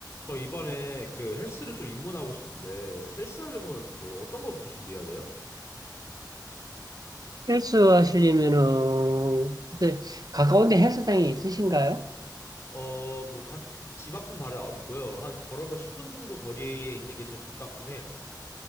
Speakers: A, on the left; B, on the right.
A: 저 이번에 그 헬스를 좀 입문하고 싶은데 헬스 하려면 뭐 어떤 거부터 준비해야 돼요?
B: 헬스 하시려면은, 근데 가까운데 헬스장이 있으신가요?
A: 어, 뭐 각 집 앞은 바로 없고요. 한 걸어서 10분 정도 거리에 있는 게 제일 가깝긴 해요.